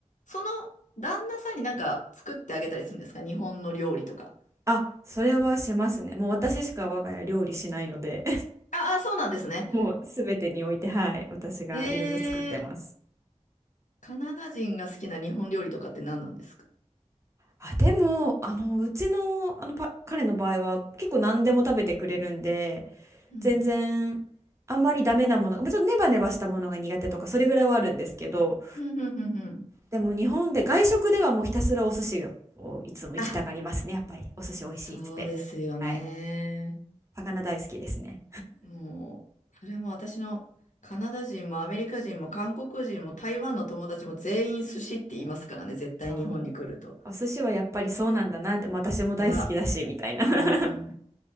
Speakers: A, on the left; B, on the right.
A: その旦那さんになんか作ってあげたりするんですか日本の料理とか。
B: あ、それはしますね。もう私しか我が家料理しないので
A: ああ、そうなんですね。
B: <laughs> もう全てにおいて、はい、私がいろいろ作ってます。
A: へえ、カナダ人が好きな日本料理とかって何なんですか
B: あ、でも、あの、うちの、あのパ、彼の場合は結構何でも食べてくれるんで、
A: うん。
B: 全然あんまりダメなものが、まあちょっとネバネバしたものが苦手とかそれぐらいはあるんですけど、
A: うん、うん、うん、うん。
B: でも日本で外食ではもうひたすらお寿司をいつも行きたがりますね、
A: あ、
B: やっぱり。お寿司美味しいっつって。
A: そうですよね。
B: はい。魚大好きですね。
A: もう、それも私のカナダ人もアメリカ人も韓国人も台湾の友達も全員寿司って言いますからね。絶対日本に来ると。
B: そう。お寿司はやっぱりそうなんだなって、まあ私も大好きだし、
A: いや、
B: みたいな <laughs>
A: うん。
B: っ